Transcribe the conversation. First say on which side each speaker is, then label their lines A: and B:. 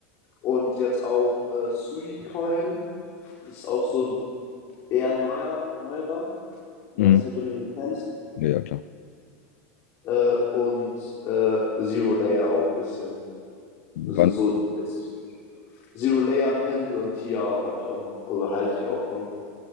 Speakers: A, on the left; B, on the left.
A: und jetzt auch äh, Suicoin ist auch so ein eher neuer, neuerer. Du
B: Mhm.
A: weißt nicht, ob du den kennst.
B: Ja, ja, klar.
A: äh, und äh, Zero Layer auch ein bisschen. Das sind
B: Wann,
A: so das Zero Layer, Pendel und Tia habe ich auch noch, oder halte ich auch noch.